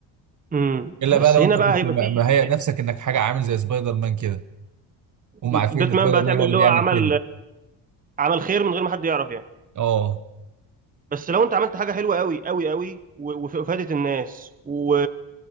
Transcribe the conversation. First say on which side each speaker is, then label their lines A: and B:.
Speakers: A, on the right; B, on the right.
A: امم
B: الا
A: بس
B: بقى لو
A: هنا
B: انت
A: بقى
B: كنت
A: هيبقى
B: م-
A: في
B: مهيئ نفسك انك حاجة عامل زي سبايدر مان كده هم
A: باتمان
B: عارفين إن سبايدر
A: بقى
B: مان
A: تعمل
B: هو اللي
A: اللي
B: بيعمل
A: هو عمل
B: كده
A: عمل خير من غير ما حد يعرف يعني
B: اه
A: بس لو انت عملت حاجه حلوه قوي قوي قوي و- وف- وفادت الناس و